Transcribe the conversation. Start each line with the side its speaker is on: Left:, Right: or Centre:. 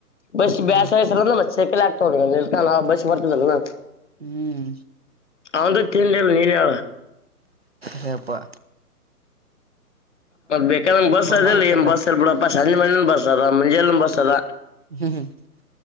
Left: ಬಸ್
Right: ಹ್ಮ್
Left: ಬೇಾಸಾಯಸ ಅ ಮ ಚೆಕಲಿ ಆಗ್ತಾೋ ಇಲ್ಕ ಬಸ್ ಬರ್ತದಲ್ಲ
Right: ಹ್ಮ್
Left: ಅವಂದು ತಿನ್ಲ್ಲ ನೀನ್ ಹೇಳ
Right: ಹೇಪ್ಪ
Left: ಮತ್ತ ಬೇಕಂದಂಗ್ ಬಸ್ ಅದಲ್ಲ
Right: ಮಾಡಬೇಕಲ್ಲ
Left: ಏನ್ ಬಸ್ ಅಲ್ ಬಿಡಪ್ಪಾ ಸಂಜೆ ಮನ್ಣಲಿ ಬಸ್ ಅದ ಮಂಜೇಲ್ ಬಸ್ ಅದ
Right: ಹ್ಮ್ ಹ್ಮ